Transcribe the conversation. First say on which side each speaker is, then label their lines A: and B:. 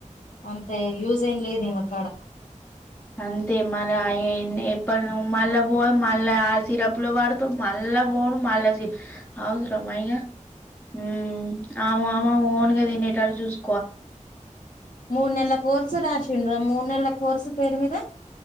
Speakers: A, on the left; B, on the left.
A: అంత యూజ్ ఏం లేదు ఈమెకాడ
B: అంతే మరి అయ్ ఎన్ ఎతనవ్ మల్ల పోయ్ మల్ల సిరప్పులు వాడ్తావ్ మల్ల పోవుడు మల్ల సిర్ అవసరమా ఇగ ఉమ్ అవ్అమే ఓన్ గా తినేతటు చూస్
A: మూడునెల్ల కోర్సు రాసిండు మూడునెల కోర్సు పేరు మీద